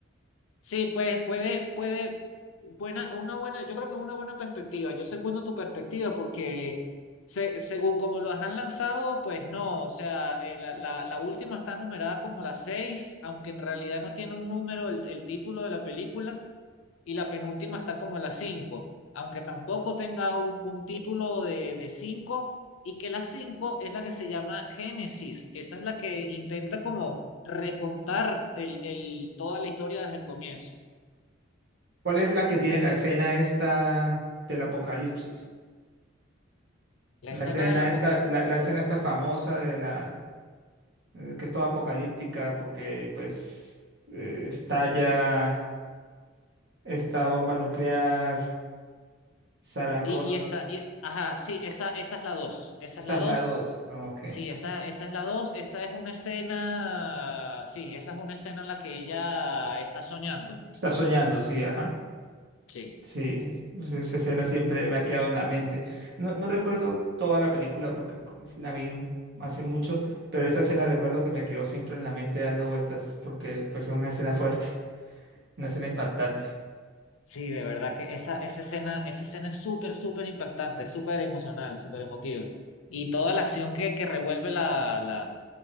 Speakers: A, on the left; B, on the right.
A: Sí, pues puede, puede, buena, una buena, yo creo que es una buena perspectiva. Yo segundo tu perspectiva porque se- según como los han lanzado, pues no, o sea, eh, la, la- la última está numerada como la 6 aunque en realidad no tiene un número el, el título de la película, y la penúltima está como la 5 aunque tampoco tenga un, un título de, de 5 y que la 5 es la que se llama Génesis, que esa es la que intenta como recontar el, el, toda la historia desde el comienzo.
B: ¿Cuál es la que tiene la escena esta del apocalipsis?
A: La
B: La
A: escena
B: escena
A: del apocalipsis.
B: esta, la, la escena esta famosa de la, eh, que es toda apocalíptica porque pues eh, estalla esta bomba nuclear Sarah
A: Y,
B: Connor,
A: y esta, y- ajá, sí, esa, esa es la dos esa
B: esa
A: es la
B: es
A: dos
B: la dos. Ok.
A: sí, esa, esa es la dos esa es una escena, sí, esa es una escena en la que ella está soñando,
B: Está soñando, sí, ajá.
A: sí.
B: Sí, es- pues esa escena siempre me ha quedado en la mente. No, no recuerdo toda la película porque como la vi hace mucho, pero esa escena recuerdo que me quedó siempre en la mente dando vueltas porque pues es una escena fuerte, <laughs> una escena impactante.
A: Sí, de verdad que esa, esa escena, esa escena es súper, súper impactante, súper emocional, súper emotiva. Y toda la acción que, que revuelve la, la,